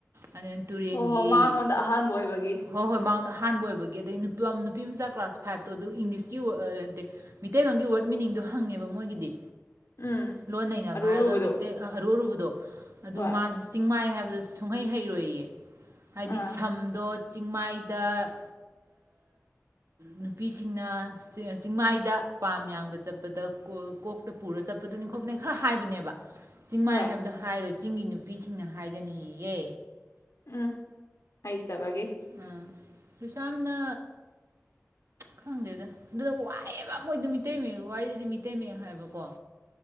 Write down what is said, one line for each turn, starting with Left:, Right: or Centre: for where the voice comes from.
Right: ꯑꯗꯨꯅ ꯇꯨꯔꯦꯟꯒꯤ
Left: ꯍꯣ ꯍꯣ ꯃꯉꯣꯟꯗ ꯑꯍꯥꯟꯕ ꯑꯣꯏꯕꯒꯤ
Right: ꯍꯣꯏ ꯍꯣꯏ ꯃꯥꯅ ꯑꯍꯥꯟꯕ ꯑꯣꯏꯕꯒꯤ ꯑꯗꯩ ꯅꯨꯄꯥ ꯅꯨꯄꯤ ꯃꯆꯥ ꯀ꯭ꯂꯥꯁ ꯐꯥꯏꯕꯇꯣ ꯑꯗꯨ ꯏꯪꯂꯤꯁꯀꯤꯔ ꯅꯠꯇꯦ ꯃ ꯃꯤꯇꯩꯇꯩꯂꯣꯟꯒꯤ ꯋꯔꯗ ꯃꯤꯅꯤꯡꯗꯣ ꯍꯪꯉꯦꯕ ꯃꯣꯏꯒꯤꯗꯤ
Left: ꯎꯝ
Right: ꯂꯣꯟ ꯅꯩꯅꯕ
Left: ꯑꯔꯨ
Right: ꯍꯥꯏꯔꯒ
Left: ꯑꯔꯨꯕꯗꯣ
Right: ꯃꯤꯇꯩ ꯑꯔꯨ ꯑꯔꯨꯕꯗꯣ ꯑꯗꯣ ꯑꯗꯨ
Left: ꯍꯣꯏ
Right: ꯃꯥꯁꯨ ꯆꯤꯡꯃꯥꯏ ꯍꯥꯏꯕ ꯑꯗꯨ ꯁꯨꯡꯍꯩ ꯍꯩꯔꯣꯏꯌꯦ ꯍꯥꯏꯗꯤ
Left: ꯑꯥ
Right: ꯁꯝꯗꯣ ꯆꯤꯡꯃꯥꯏꯗ ꯅꯨꯄꯤꯁꯤꯡꯅ ꯆꯤꯡꯃꯥꯏꯗ ꯄꯥꯝ ꯌꯥꯝꯕ ꯆꯠꯄꯗ ꯀꯣꯛꯇ ꯄꯨꯔꯒ ꯆꯠꯄꯗꯅꯦ ꯈꯣꯠꯄꯅꯦ ꯈꯔ ꯍꯥꯏꯕꯅꯦꯕ ꯆꯤꯡꯃꯥꯏ
Left: ꯍꯣꯏ
Right: ꯍꯥꯏꯕꯗꯣ ꯍꯥꯏꯔꯣꯏꯁꯤ ꯆꯤꯡꯒꯤ ꯅꯨꯄꯤꯁꯤꯡꯅ ꯍꯥꯏꯒꯅꯤꯌꯦ
Left: ꯎꯝ ꯍꯩꯇꯕꯒꯤ
Right: ꯎꯝ ꯀꯩꯁꯨ ꯌꯥꯝꯅ ꯈꯪꯗꯦꯗ ꯑꯗꯨꯗ ꯋꯥꯏꯑꯦꯕ ꯃꯣꯏꯗ ꯃꯤꯇꯩ ꯃꯌꯦꯛ ꯋꯥꯔꯤꯗꯗꯤ ꯃꯤꯇꯩ ꯃꯌꯦꯛ ꯍꯥꯏꯕꯀꯣ